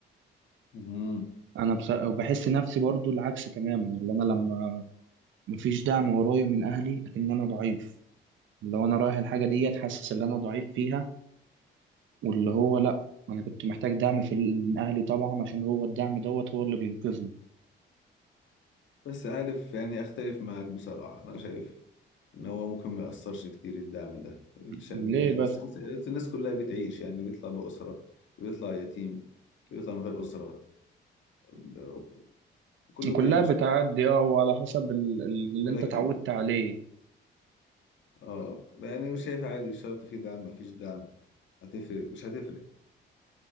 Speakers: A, on the left; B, on the right.
A: مم.
B: انا بص... وبحس نفسي برضو العكس تماما اللي انا لما مفيش دعم ورايا من اهلي اكن انا ضعيف لو انا رايح الحاجه ديت حاسس ان انا ضعيف فيها واللي هو لا انا كنت محتاج دعم في من اهلي طبعا عشان هو الدعم دوت هو اللي بينقذني
A: بس عارف يعني اختلف معاك بصراحة انا شايف ان هو ممكن ما يأثرش كتير الدعم ده الشعب
B: ليه
A: الناس
B: بس
A: الناس كلها بتعيش يعني بيطلع بأسرة بيطلع يتيم بيطلع من غير أسرة ب- كله بيعيش
B: كلها بتعدي اه وعلى حسب ال- ال- اللي
A: ولكن
B: انت اتعودت عليه
A: اه يعني مش شايف عادي مش شرط في دعم ما فيش دعم هتفرق مش هتفرق